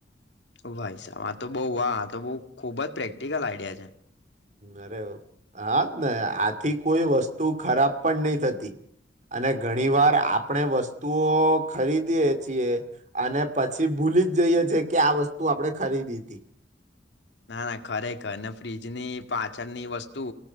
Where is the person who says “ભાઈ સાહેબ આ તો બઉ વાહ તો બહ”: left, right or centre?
Left